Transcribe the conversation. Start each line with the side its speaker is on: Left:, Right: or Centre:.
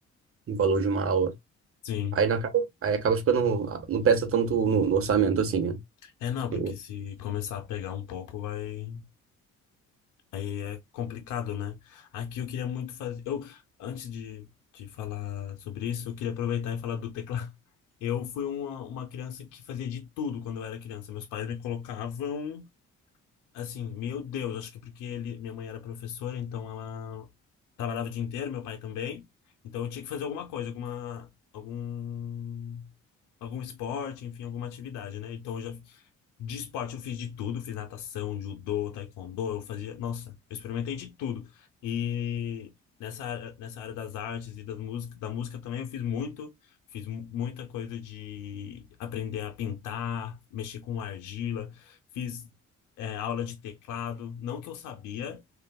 Right: o valor de uma aula.
Left: sim.
Right: Aí, não acaba, aí acaba ficando, não pesa tanto no, no orçamento assim, né?
Left: É não,
Right: Porque-
Left: porque se começar a pegar um pouco, vai. Aí é complicado, né? Aqui eu queria muito fazer. Eu, antes de, de falar sobre isso, eu queria aproveitar e falar do teclado. <laughs> Eu fui uma, uma criança que fazia de tudo quando eu era criança. Meus pais me colocavam. Assim, meu Deus, acho que porque ele, minha mãe era professora, então ela trabalhava o dia inteiro, meu pai também. Então eu tinha que fazer alguma coisa, alguma, algum, algum esporte, enfim, alguma atividade, né? Então eu já de esporte eu fiz de tudo, fiz natação, judô, taekwondo, eu fazia, nossa, eu experimentei de tudo. E nessa, área- nessa área das artes e das música, da música também eu fiz muito, fiz mu- muita coisa de aprender a pintar, mexer com argila, fiz é, aula de teclado, não que eu sabia,